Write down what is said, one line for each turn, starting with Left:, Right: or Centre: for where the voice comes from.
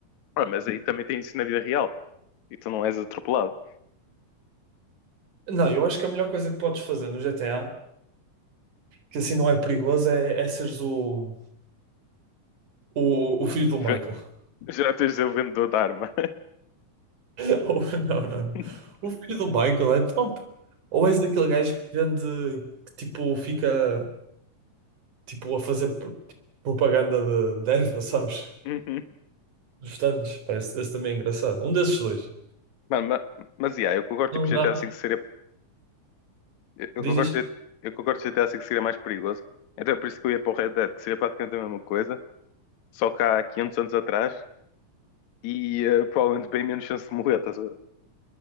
Left: Ah, mas aí também tem isso na vida real. E tu não és atropelado.
Right: Não, eu acho que a melhor coisa que podes fazer no GTA, que assim não é perigoso, é, é seres o, o, o filho do Michael.
Left: Ven- <laughs> Já tens o vendedor de arma.
Right: <laughs> Ou- Não, não, não.
Left: <laughs>
Right: O filho do Michael é top. Ou és aquele gajo que vende, que tipo, fica tipo, a fazer pro- propaganda de, de erva, sabes?
Left: Uhum.
Right: Dos tantos. Parece, esse também é engraçado. Um desses dois.
Left: Mano, ma- mas, yeah, eu concordo,
Right: Não,
Left: tipo, GTA
Right: há
Left: V seria... Eu
Right: diz,
Left: concordo,
Right: diz.
Left: G- eu concordo que GTA V seria mais perigoso. Então é por isso que eu ia para o Red Dead, que seria praticamente a mesma coisa. Só que há 500 anos atrás. E eh, provavelmente bem menos chance de morrer, estás a ver?